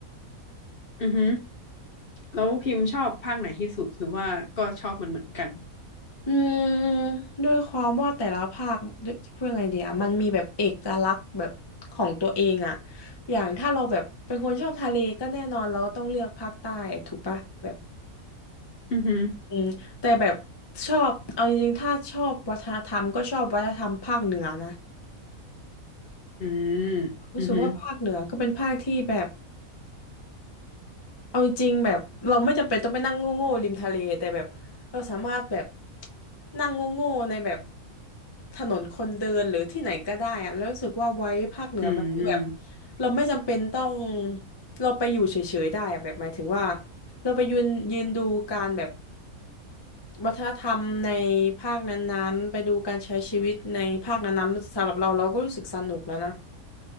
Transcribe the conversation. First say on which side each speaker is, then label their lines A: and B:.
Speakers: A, on the left; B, on the left.
A: อือฮึแล้วพิมพ์ชอบภาคไหนที่สุดหรือว่าก็ชอบเหมือนเหมือนกัน
B: อืมด้วยความว่าแต่ละภาคด้วยจะพูดยังไงดีอะมันมีแบบเอกลักษณ์แบบของตัวเองอะอย่างถ้าเราแบบเป็นคนชอบทะเลก็แน่นอนเราก็ต้องเลือกภาคใต้ถูกปะแบบ
A: อือฮึ
B: อืมแต่แบบชอบเอาจริงๆถ้าชอบวัฒนธรรมก็ชอบวัฒนธรรมภาคเหนือนะ
A: อืม
B: รู้สึกว่าภาคเหนือก็เป็นภาคที่แบบ
A: อือฮึ
B: เอาจริงๆแบบเราไม่จำเป็นต้องไปนั่งโง่ๆริมทะเลแต่แบบเราสามารถแบบนั่งโง่ๆในแบบถนนคนเดินหรือที่ไหนก็ได้อะแล้วรู้สึกว่าไว้ภาคเหนือมันคือแบบ
A: อืม
B: เราไม่จำเป็นต้องเราไปอยู่เฉยๆได้อะแบบหมายถึงว่าเราไปยืนยืนดูการแบบวัฒนธรรมในภาคนั้นๆไปดูการใช้ชีวิตในภาคนั้นๆสำหรับเราเราก็รู้สึกสนุกแล้วนะ